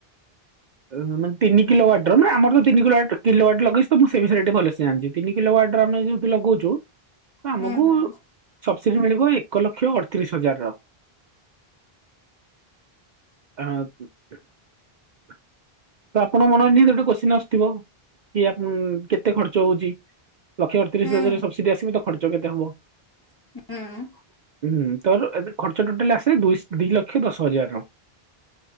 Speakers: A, on the right; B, on the left.
A: ଓହୋ ମାନେ ତିନି କିଲୋ ବାଟର ମାନେ ଆମଠୁ କିଲୋୱାଟ କିଲୋୱାଟ ଲଗେଇଚୁ ତ ମୁଁ ସେଇ ବିଷୟରେ ଏଠି ଭଲସେ ଜାଣିଚି ତିନ କିଲ ୱାଟର ଆମେ ଯେହେତୁ ଲଗୋଉଚୁ ଆମକୁ
B: ହୁଁ ହୁଁ।
A: ସବସିଡି ମିଳିବ ଏକ ଲକ୍ଷ ଅରତିରିଶ ହଜାରର। ହଁ ତ ଆପଣଙ୍କ ମନରେ ନିହତି ଗୋଟେ କୋଶ୍ଚିନ ଆ ଥିବ କି ଆପ କେତେ ଖର୍ଚ୍ଚ ହୋଉଚି ଲକ୍ଷେ ଅରତିରିଶ
B: ହୁଁ
A: ହଜାରେ ସବସିଡି ଆସିବ ତ ଖର୍ଚ୍ଚ କେତ୍ ତେ ହବ
B: ହାଁ।
A: ହୁଁ ତୋର ଆଜ୍ ଏ ଖର୍ଚ୍ଚ ଟୋଟାଲ ଆସେ ଦୁଇସ୍ ଦିଲକ୍ଷ ଦଶହଜାରର।